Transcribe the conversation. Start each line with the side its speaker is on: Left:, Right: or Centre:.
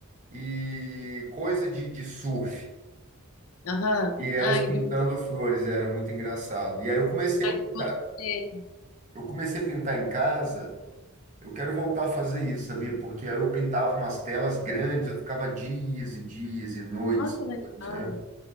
Right: e coisa de, de surf.
Left: Aham.
Right: E elas
Left: Ai,
Right: pintando flores, era muito engraçado. E aí eu comecei
Left: mas
Right: a pintar,
Left: você...
Right: eu comecei a pintar em casa. Eu quero voltar a fazer isso, sabia? Porque aí eu pintava umas telas grandes, eu ficava dias e dias e noites,
Left: Ó, que legal.
Right: noites, né?